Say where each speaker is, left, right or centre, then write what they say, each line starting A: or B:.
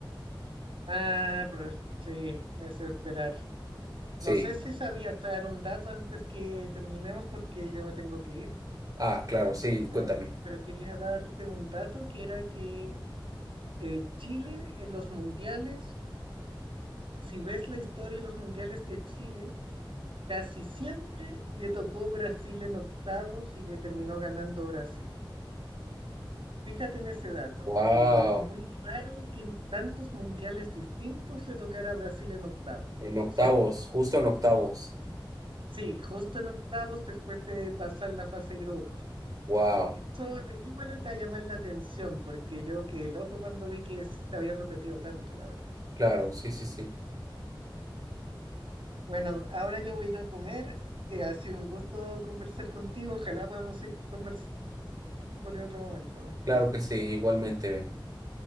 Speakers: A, on the right; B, on the right.
A: Ah, pero sí, es esperar.
B: Sí.
A: No sé si sabías dar un dato antes que terminemos porque yo me tengo que ir,
B: Ah, claro, sí,
A: pero,
B: cuéntame.
A: pero quería darte un dato que era que eh, Chile en los mundiales, si ves la historia de los mundiales de Chile, casi siempre le tocó Brasil en octavos y que terminó ganando Brasil. Fíjate en ese dato,
B: Wow.
A: que es muy raro que en tantos mundiales distintos le tocara a Brasil en octavos.
B: En octavos,
A: Siempre.
B: justo en octavos.
A: Sí, justo en octavos después de pasar la fase de grupos.
B: Wow.
A: Eso averígualo y te va a llamar la atención, porque yo quedé loco cuando vi que se había repetido tanto, la verdad.
B: Claro, sí, sí, sí.
A: Bueno, ahora yo voy a ir a comer. eh, ha sido un gusto conversar contigo. Ojalá podamos ir conversando en otro momento,
B: Claro
A: Cristian.
B: que sí, igualmente.